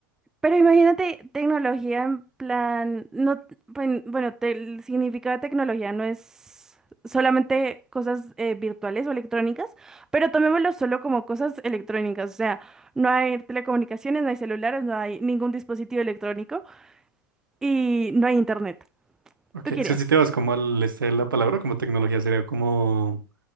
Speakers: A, in the centre; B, on the right.
A: Pero imagínate tecnología en plan, no, buen- bueno, te- el significado de tecnología no es solamente cosas eh, virtuales o electrónicas, pero tomémoslo solo como cosas electrónicas, o sea, no hay telecomunicaciones, no hay celulares, no hay ningún dispositivo electrónico y no hay internet.
B: Ok,
A: ¿Tú querías?
B: es que si te vas como al este de la palabra, como tecnología sería como